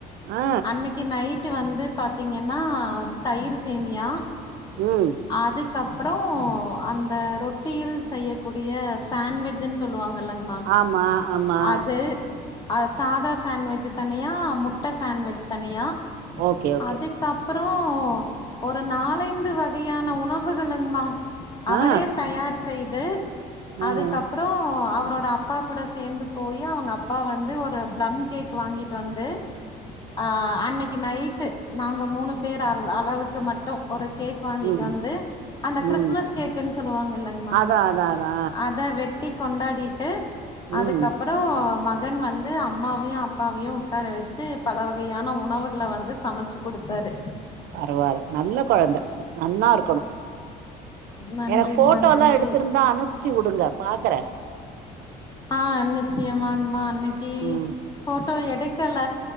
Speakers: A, on the right (about 75°); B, on the left (about 25°).
A: ஆ
B: அன்னைக் கி நைட்டு வந்து பாத்தீங்கன்னா தயிரு சேமியா
A: ம்
B: அதுக்கப்பறோ அந்த ரொட்டியில் செய்யக்கூடிய சேண்விஜ்ன் சொல்லுவாங்கல்லங் மா
A: ஆமா ஆமா
B: அது அ சாதா சேண்வெஜ் தனியா முட்ட சேண்வெஜ் தனியா
A: ஓகே ஓகே
B: அதுக்கப்பறோ ஒரு நாலைந்து வகையான உண வுகளுங்மா அவரே
A: ஆ
B: தயார் செய்து
A: ம்
B: அதுக்கப் புறோ அவரோட அப்பா கூட சேந்து போயி அவங்க அப்பா வந்து ஒரு பிளம் கேக் வாங்கிட்டு வந்து ஆ அன்னைக்கு நைட்டு நாங்க மூணு பேர் அள் அளவுக்கு மட்டு ஒரு கேக் வாங்கிட்டு
A: ம்
B: வந்து அந்த கிறிஸ்மஸ்
A: ம்
B: கேக்குன் சொல்லுவாங்கள்ளங்மா
A: அதா அதா அதா
B: அத வெட் டி கொண்டாடிட்டு அதுக்கப்பறோ
A: ம்
B: ம கன் வந்து அம்மாவையு அப்பாவையு உக்கார வெச்சு பல வகையான உணவுகள வந்து சமச்சு குடுத்தாரு
A: பரவால்ல நல்ல கொழந்த நன்னா இருக் கணு
B: நன்றிங்கமா
A: எனக்கு ஃபோட்டோலா
B: நன்றி
A: எடுத்துருந்தா அனுப்ச்சு உடுங்க பாக்கற
B: ஆ நிச்சயமாங்மா அன்னைக்கி
A: ம்
B: ஃபோட்டோ எடுக்கல